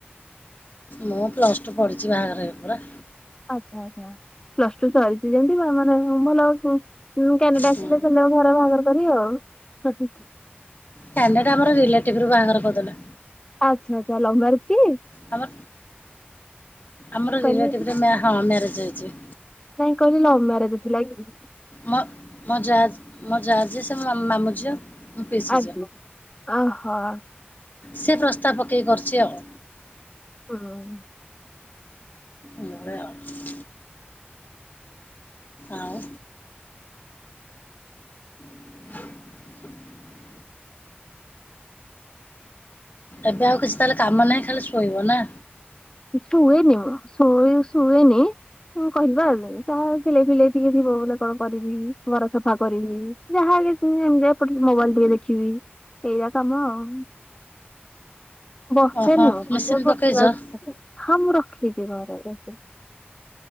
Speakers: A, on the left; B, on the left.
A: ମୁଁ ପ୍ଲସ୍ ଟୁ ପଢିଚି ବାହାଘର ହେଇଗଲା ପରା।
B: ଆଚ୍ଛା ଆଚ୍ଛା ପ୍ଲସ୍ ଟୁ ସରିଚି ଯେମିତି ବାହାଘର ଭଲ ଅଛୁ। ମୁଁ କାନେଡ଼ା
A: ହୁଁ
B: ଆସିଲେ ସେମାନେ ଘରେ ବାହାଘର କରିବେ ଆଉ।
A: କାନେଡା ଆମର ରିଲେଟିଭରୁ ବାହାଘର କରିଦେଲେ।
B: ଆଚ୍ଛା ଆଚ୍ଛା ଲଭ୍ ମ୍ୟାରେଜ କି?
A: ଆମର ଆମର
B: କହିଲି
A: ରିଲେଟିଭରେ ମ୍ୟା ହଁ ମ୍ୟାରେଜ ହେଇଚି।
B: ନାଇଁ କହିଲି ଲଭ ମ୍ୟାରେଜ ଥିଲା କି?
A: ମୋ ମୋ ଯାଜ ମୋ ଯା ଯିଏ ସିଏ ମୋ ମାମୁଁ ମାମୁଁ ଝିଅ। ମୋ ପିଇସି
B: ଆଜ୍ଞା ଅଁ ହଁ।
A: ସେ ପ୍ରସ୍ତାବ ପକେଇକି କରିଚି ଆଉ।
B: ହୁଁ।
A: ଏଇଭଳିଆ ଆଉ। ଆଉ <inaudible> ଏବେ ଆଉ କିଛି ତାହେଲେ କାମ ନାହିଁ ଖାଲି ଶୋଇବ ନା।
B: ଶୁଏନି ମୁଁ ଶୁ ଶୁଏନି। କଁ କରିବା ଯାହା ସିଲେଇ ଫିଲେଇ ଟିକେ ଥିବ ବୋଲେ କଣ କରିବି ଘର ସଫା କରିବି। ଯାହାଲେ ତୁ ଏମିତି ଏପଟ ମୋବାଇଲ୍ ଟିକେ ଦେଖିବି ଏଇଆ କାମ ଆଉ। ବସେନି
A: ଓହୋ
B: ମୁଁ ମତେ
A: ମେସିନ୍
B: ବସିବାକୁ
A: ପକେଇଚ?
B: ହଁ ମୁଁ ରଖିଚି ଘରେ ମେସିନ୍।